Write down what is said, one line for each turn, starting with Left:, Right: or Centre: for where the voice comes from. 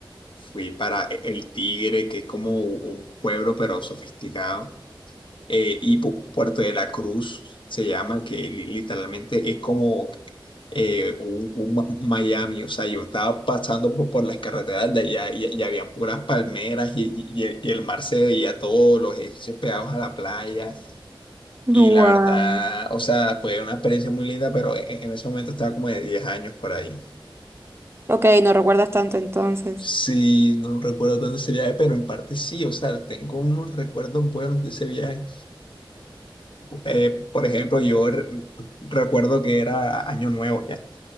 Left: fui para E- El Tigre, que es como un pueblo pero sofisticado, eh, y Pu- Puerto de la Cruz se llama, que li- literalmente es como eh, un, un Ma- Miami. O sea, yo estaba pasando por, por las carreteras de allá y, y habían puras palmeras y, y- y el, y el mar se veía todos los edificios pegados a la playa.
Right: Wow.
Left: Y la verdad, o sea, fue una experiencia muy linda, pero en, en ese momento estaba como de 10 años por ahí.
Right: Ok, no recuerdas tanto entonces.
Left: Sí, no recuerdo tanto ese viaje, pero en parte sí, o sea, tengo unos recuerdos buenos de ese viaje Eh, por ejemplo, yo re- recuerdo que era Año Nuevo ya,